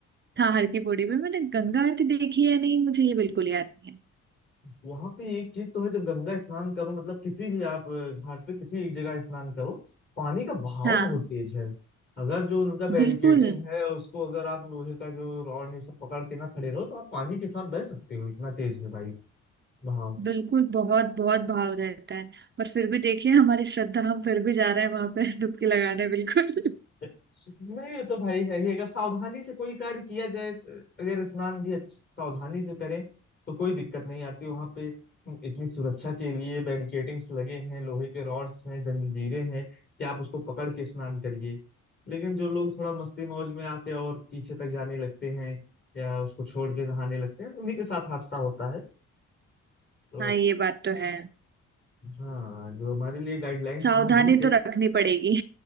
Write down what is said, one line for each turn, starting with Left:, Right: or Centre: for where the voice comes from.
Right: हाँ हर की पौड़ी में मैंने गंगा आरती देखी है नहीं मुझे ये बिल्कुल याद नहीं है
Left: वहां पे एक चीज तो है जब गंगा स्नान करो मतलब किसी भी आप अ, घाट पे किसी एक जगह स्नान करो पानी का बहाव
Right: हाँ
Left: बहुत तेज है अगर जो उनका बैरिकेडिंग
Right: बिल्कुल
Left: है उसको अगर आप लोहे का जो रॉड है सब पकड़ के ना खड़े रहो तो आप पानी के साथ बह सकते हो इतना तेज है भाई बहाव
Right: बिल्कुल बहुत बहुत भाव रहता है पर फिर भी देखिए हमारी श्रद्धा हम फिर भी जा रहे हैं वहां पे <laughs> डुबकी लगाने बिल्कुल
Left: नहीं वो तो भाई है ही अगर सावधानी से कोई कार्य किया जाए अगर स्नान भी अच्छ- सावधानी से करें तो कोई दिक्कत नहीं आती वहां पे इतनी सुरक्षा के लिए बैरिकेडिंग्स लगे हैं लोहे के रॉड्स हैं जंजीरें हैं कि आप उसको पकड़ के स्नान करिए लेकिन जो लोग थोड़ा मस्ती मौज में आते और पीछे तक जाने लगते हैं या उसको छोड़ के नहाने लगते हैं उन्हीं के साथ हादसा होता है
Right: <laughs>
Left: तो
Right: हाँ ये बात तो है
Left: हाँ जो हमारे लिए गाइडलाइंस
Right: सावधानी
Left: वहां दी गई
Right: तो रखनी पड़ेगी